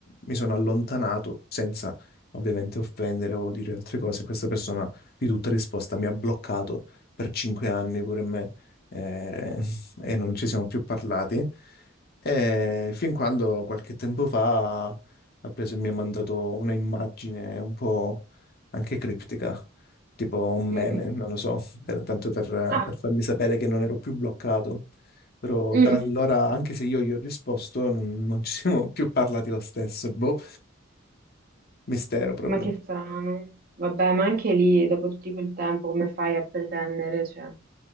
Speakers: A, on the left; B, on the right.
A: mi sono allontanato senza ovviamente offendere o dire altre cose. Questa persona di tutta risposta mi ha bloccato per cinque anni pure me eh, <laughs> e non ci siamo più parlati. E fin quando qualche tempo fa ha preso e mi ha mandato una immagine un po' anche criptica, tipo un meme,
B: Mm.
A: non lo so, <laughs> per- tanto per,
B: Ah,
A: per farmi sapere che non ero più bloccato. Però
B: mm,
A: da allora, anche se io gli ho risposto, non, non ci siamo <laughs> più parlati lo stesso. Boh, mistero proprio.
B: ma che strano. Vabbè, ma anche lì, dopo tutto quel tempo, come fai a pretendere, cioè,